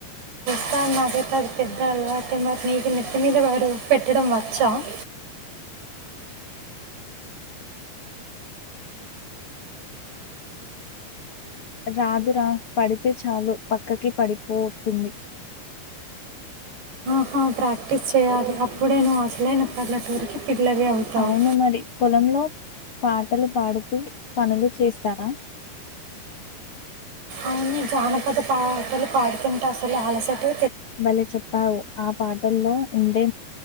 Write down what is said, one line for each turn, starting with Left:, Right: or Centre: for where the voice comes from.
Right: సార్ నాకైతే అది పెద్ద అలవాటు మరి నీకు నెత్తి మీద వారు పెట్టడం వచ్చా <inaudible>
Left: రాదురా పడితే చాలు పక్కకి పడిపోతుంది
Right: ఆ ప్రాక్టిస్ చేయాలి అప్పుడే నువ్ అసలైన పల్లెటూరికి పిల్లవి అవుతావు
Left: అవును మరి పొలంలో పాటలు పాడుతూ పనులు చేస్తారా
Right: అవును జానపద పాటలు పాడుతుంటసలు అలసటె
Left: భలే చెప్పావు ఆ పాటల్లో ఉండే